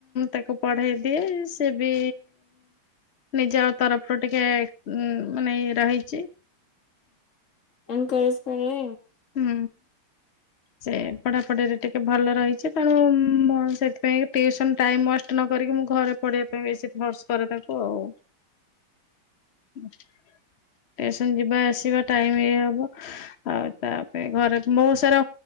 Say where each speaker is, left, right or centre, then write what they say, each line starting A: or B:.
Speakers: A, on the left; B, on the left.
A: ତାକୁ ପଢେଇ ଦିଏ ସେ ବି ନିଜ ତରଫରୁ ଟିକେ ଉ ମାନେ ରହିଛି
B: ନନ୍ କଳିସ୍ପାରି।
A: ହୁଁ।
B: ହ।
A: ସେ ପଢାପଢିରେ ଟିକେ ଭଲ ରହିଛି, ତେଣୁ ସେଥିପାଇଁ ଟସନ ଟାଇମ ୱଷ୍ଟ ନକି ମୁ ଘରେ ପଢେଇବା ପାଇଁ ବେଶୀ ଭର୍ଚ କରେ ତାଙ୍କୁ ଆଉ।
B: <unintelligible>
A: ହ ଷ୍ଟେସନ ଯିବା ଆସିବା ଟାଇମ ଇ ହବ ଆଉ ତାପରେ ଘରେ ବହୁତ ସାରା